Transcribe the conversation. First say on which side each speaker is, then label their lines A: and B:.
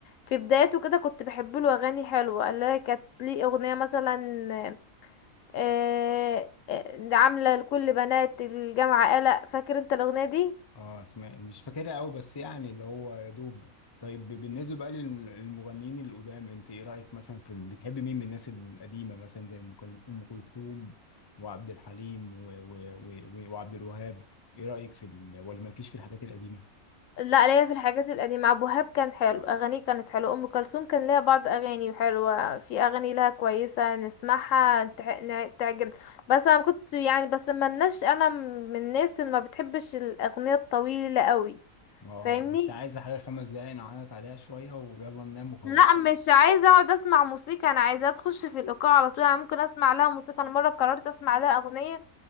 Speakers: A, on the left; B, on the left.
A: في بدايته كده كنت بحب له اغاني حلوه اللي هي كانت ليه اغنيه مثلا آه، آه، عاملة لكل بنات الجامعة قلق فاكر انت الأغنية دي؟
B: اه اسمع مش فاكرها قوي بس يعني اللي هو يا دوب طيب بالنسبة بقى لل- للمغنيين القدام انت ايه رأيك مثلا في بتحب مين من الناس القديمة مثلا زي ام كل- أم كلثوم وعبد الحليم و... و... و... و... وعبد الوهاب ايه رأيك في ال... ولا مالكيش في الحاجات القديمة
A: لا ليا في الحاجات القديمة أبو وهاب كان حلو أغانيه كانت حلوة أم كلثوم كان ليها بعض أغاني حلوة في أغاني لها كويسة نسمعها نتح- نع- تعجب بس أنا كنت يعني بس ملناش أنا من الناس اللي ما بتحبش الأغنية الطويلة قوي
B: اه
A: فاهمني؟
B: انت عايز حاجة خمس دقايق نعيط عليها شوية ويلا ننام وخلاص
A: لا مش عايزة أقعد أسمع موسيقى أنا عايزة أخش في الإيقاع على طول أنا ممكن أسمع لها موسيقى أنا مرة قررت أسمع لها أغنية